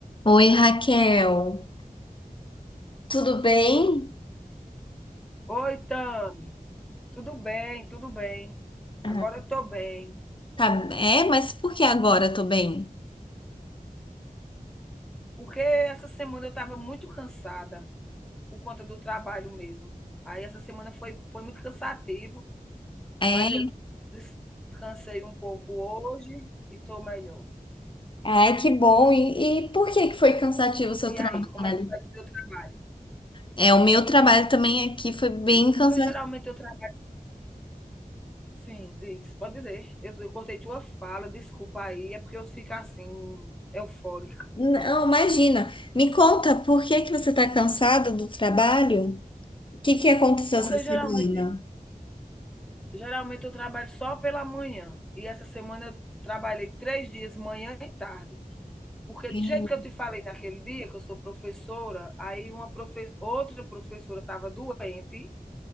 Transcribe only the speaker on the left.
Oi, Raquel. Tudo bem?
Ah,
Tá, é, mas por que agora eu tô bem?
É,
ai, que bom. E, e por que que foi cansativo o seu
trabalho?
É, o meu trabalho também aqui foi bem cansativo.
Não, imagina. Me conta, por que que você tá cansada do trabalho? O que que aconteceu
essa semana?
Sim,